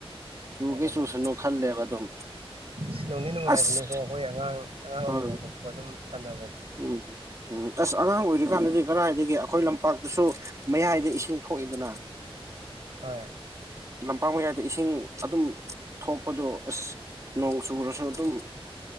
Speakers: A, on the right; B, on the right.
A: ꯆꯨꯒꯦ
B: ꯃꯥꯅꯦ
A: ꯆꯨꯁꯅꯨ
B: ꯃꯥꯅꯦ
A: ꯈꯜꯂꯦꯕ ꯑꯗꯨꯝ
B: ꯁꯤ ꯅꯧꯅꯤ ꯅꯨꯡꯉꯥꯏꯕꯅꯤꯀꯣ
A: ꯑꯁ
B: ꯑꯩꯈꯣꯏ ꯑꯉꯥꯡ ꯑꯉꯥꯡ ꯑꯣꯏꯔꯤꯉꯩꯗ
A: ꯍꯣꯏ
B: ꯄꯣ ꯑꯗꯨꯝ ꯁꯥꯟꯅꯕ
A: ꯎꯝ ꯎꯝ ꯑꯁ ꯑꯉꯥꯡ ꯑꯣꯏꯔꯤꯀꯥꯟꯗꯗꯤ ꯀꯗꯥꯏꯗꯒꯤ ꯑꯩꯈꯣꯏ ꯂꯝꯄꯥꯛꯇꯁꯨ ꯃꯌꯥꯏꯗ ꯏꯁꯤꯡ ꯀꯣꯏꯗꯨꯅ
B: ꯍꯣꯏ
A: ꯂꯝ ꯄꯥꯡꯕ ꯌꯥꯗ ꯏꯁꯤꯡ ꯑꯗꯨꯝ ꯊꯣꯛꯄꯗꯣ ꯑꯁ ꯅꯣꯡ ꯆꯨꯔꯁꯨ ꯑꯗꯨꯝ